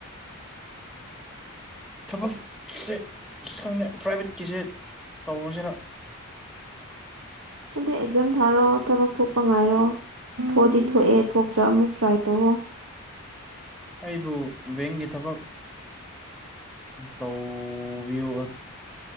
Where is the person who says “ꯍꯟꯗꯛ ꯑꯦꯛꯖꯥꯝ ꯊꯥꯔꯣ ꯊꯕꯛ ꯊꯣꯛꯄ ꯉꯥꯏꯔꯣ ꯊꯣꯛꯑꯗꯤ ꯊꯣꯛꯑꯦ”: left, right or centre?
Right